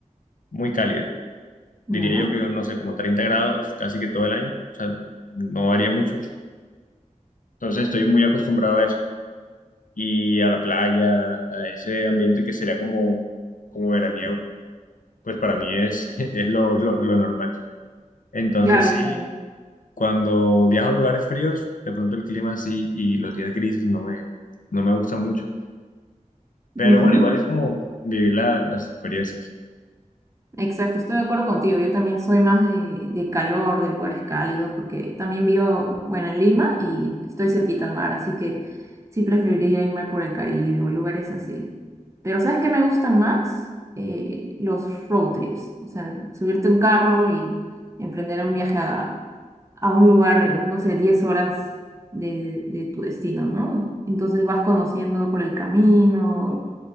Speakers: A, on the left; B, on the right.
A: muy cálida. Diría
B: Ya.
A: yo que, no sé, como 30 grados casi que todo el año, o sea, no varía mucho. Entonces estoy muy acostumbrado a eso y a la playa, a ese ambiente que sería como, como veraniego. pues para mí es, <laughs> es lo, lo- lo normal. Entonces
B: Claro,
A: sí,
B: claro.
A: cuando viajo a lugares fríos, de pronto el clima sí y los días grises no me, no me gustan mucho. Pero
B: Ujú.
A: bueno, igual es como vivir la- las experiencias.
B: Exacto, estoy de acuerdo contigo. Yo también soy más de, de calor, de lugares cálidos, porque también vivo, bueno, en Lima y estoy cerquita al mar, así que sí preferiría irme por el Caribe o lugares así. Pero ¿sabes qué me gustan más? Eh, los road trips, o sea, subirte a un carro y emprender un viaje a, a un lugar, no sé, 10 horas de, de tu destino, ¿no? Entonces vas conociendo por el camino,